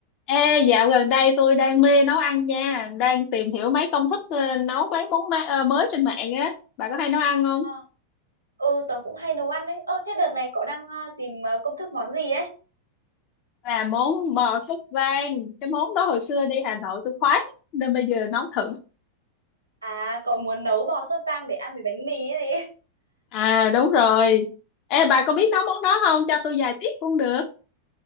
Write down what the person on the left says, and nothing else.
Ê, dạo gần đây tôi đang mê nấu ăn nha, đang tìm hiểu mấy công thức ờ, nấu mấy món ma- ờ, mới trên mạng á. Bà có hay nấu ăn không?
Là món bò súp vang, cái món đó hồi xưa đi Hà Nội tôi khoái lắm, nên bây giờ nấu thử.
À đúng rồi. Ê bà có biết nấu món đó không? Cho tôi vài tips cũng được.